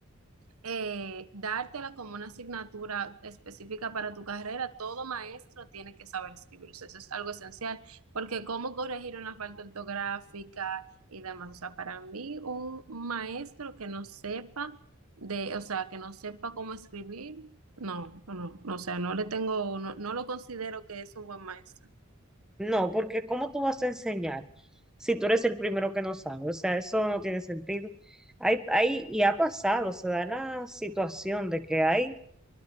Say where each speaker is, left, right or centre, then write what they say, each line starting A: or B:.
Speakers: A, on the right; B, in the centre.
A: eh, dártela como una asignatura específica para tu carrera, todo maestro tiene que saber escribir, o sea, eso es algo esencial, porque cómo corregir una falta ortográfica y demás, o sea, para mí un maestro que no sepa de, o sea, que no sepa cómo escribir, no, no, no, o sea, no le tengo, no, no lo considero que es un buen maestro.
B: No, porque ¿cómo tú vas a enseñar si tú eres el primero que no sabe? O sea, eso no tiene sentido. Hay, hay, y ha pasado, se da la situación de que hay